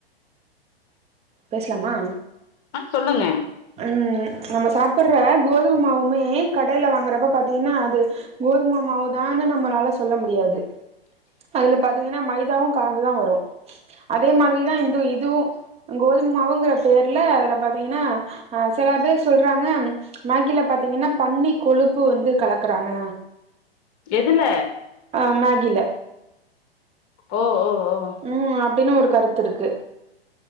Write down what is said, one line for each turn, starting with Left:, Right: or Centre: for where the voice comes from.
Right: பேசலாமா
Left: ஆ சொல்லுங்க
Right: ம் நம்ம சாப்டுற கோதும மாவுமே கடேல வாங்குறப்ப பாத்தீங்கன்னா அது கோதுமமாவுதான்னு நம்மளால சொல்ல முடியாது அதுல பாத்தீங்கன்னா மைதாவு கலந்துதா வரு அதே மாதிரிதா இந்த இதுவு கோதுமமாவுங்கிற பேர்ல அதுல பாத்தீங்கன்னா ஆ சில பேர் சொல்றாங்க மேகில பாத்தீங்கன்னா பன்னி கொழுப்பு வந்து கலக்குறாங்க
Left: எதுல
Right: ஆ மேகில
Left: ஓ ஓ ஓ
Right: ம் அப்டின்னு ஒரு கருத்து இருக்கு